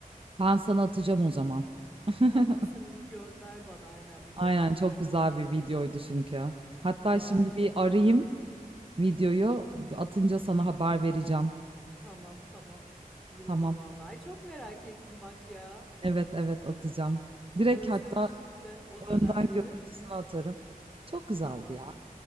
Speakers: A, on the right (about 35°); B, in the centre.
A: Ben sana atacağım o zaman. <laughs>
B: Tamam sen onu gönder bana aynen bir
A: Aynen
B: bakayım
A: çok
B: neymiş
A: güzel
B: ne
A: bir
B: değilmiş.
A: videoydu çünkü. Hatta
B: Merak
A: şimdi bir
B: ettim.
A: arayayım videoyu. Atınca sana haber vereceğim.
B: Tamam tamam. İyi olur
A: Tamam.
B: vallahi. Ay, çok merak ettim bak ya.
A: Evet evet atacağım. Direkt
B: Özlemişim
A: hatta
B: de o dönemleri.
A: önden görüntüsünü atarım. Çok güzeldi
B: Tamam.
A: ya.